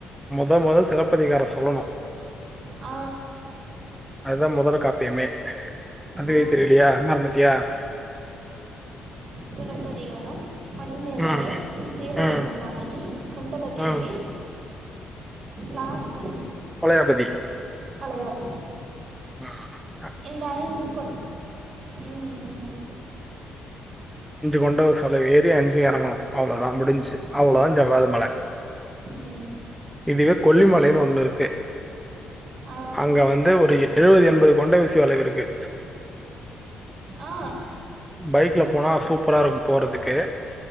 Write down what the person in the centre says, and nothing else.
மொத மொத சிலப்பதிகாரம் சொல்லணு
அதுதா முதற் காப்பியமே அதுவே
தெரிலயா மறந்துட்டியா
ம்
ம்
ம்
வளயாபதி
ம்ம்
இஞ்சு கொண்ட சொல்ல ஏறி அஞ்சு இறங்கும் அவ்ளோதா முடிஞ்சு
அவ்ளோதா ஜவ்வாது மல
இதுவே கொல்லிமலைன்னு ஒண்ணு இருக்கு
அங்க வந்து ஒரு எழுவது எண்பது கொண்ட வீசி வளைவு இருக்கு
பைக்ல போனா சூப்பரா இருக்கும் போறதுக்கு